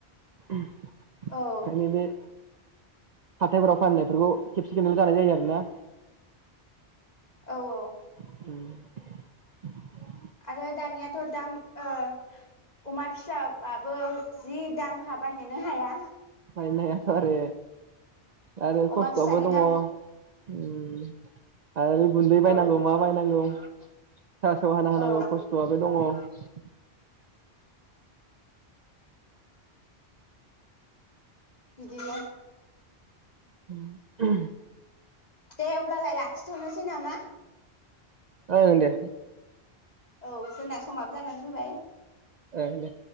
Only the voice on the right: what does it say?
ओंखायनो
बे हाथायफोराव फाननायफोरखौ खेबसे खेबनैल' जानाय जायो आरोना।
<inaudible>
बायनोनो हाया थ' आरो आरो
खस्थ'आवबो
दङ।
उम आरो गुन्दै बायनांगौ
मा बायनांगौ। थास' हाना होनांगौ
खस्थ'आबो दङ। <inaudible>
<unintelligible>
ओं दे
ओं दे।